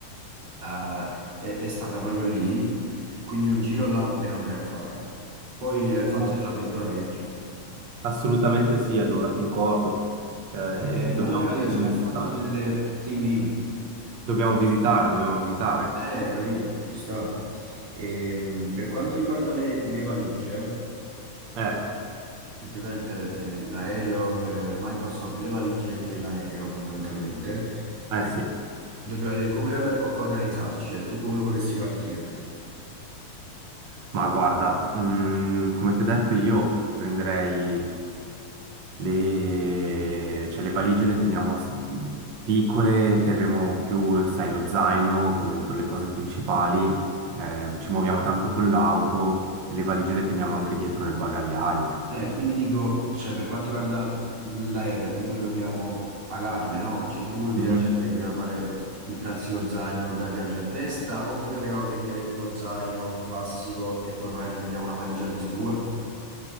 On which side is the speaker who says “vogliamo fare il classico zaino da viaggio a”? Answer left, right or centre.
Right